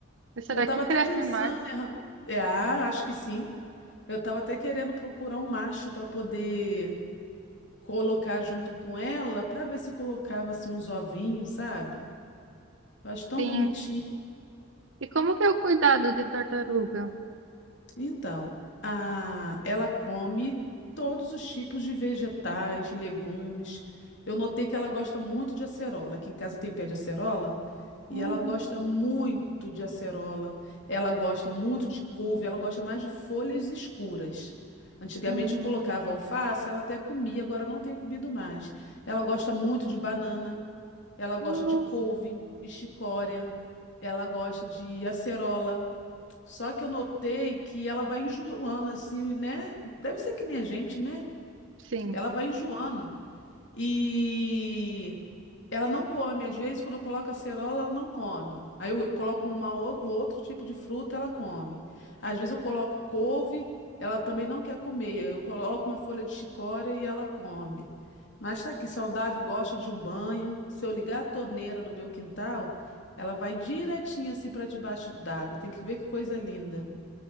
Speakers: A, on the right; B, on the left.
A: E Será
B: Eu tava
A: que
B: até
A: cresce
B: pensando,
A: mais?
B: em arran- é, ah, acho que sim. Eu tava até querendo procurar um macho para poder colocar junto com ela, para ver se colocava assim uns ovinhos, sabe? Eu acho tão
A: Sim.
B: bonitinho.
A: E como que é o cuidado de tartaruga?
B: Então, a- ela come todos os tipos de vegetais, legumes. Eu notei que ela gosta muito de acerola. Aqui em casa tem pé de acerola e
A: Hum.
B: ela gosta muito de acerola. Ela gosta muito de couve, ela gosta mais de folhas escuras. Antigamente
A: Uhum.
B: eu colocava alface, ela até comia, agora não tem comido mais. Ela gosta muito de banana, ela gosta
A: Nossa.
B: de couve, de chicória, ela gosta de acerola. Só que eu notei que ela vai enjoando, assim, né? Deve ser que nem a gente, né?
A: Sim.
B: Ela vai enjoando. E ela não come. Às vezes, quando eu coloco acerola, ela não come. Aí eu coloco uma, ou- um outro tipo de fruta, ela come. Às vezes, eu coloco couve, ela também não quer comer. Eu coloco uma folha de chicória e ela come. Mas tá aqui, saudável, gosta de um banho. Se eu ligar a torneira do meu quintal, ela vai direitinho assim para debaixo d'água. Tem que ver que coisa linda.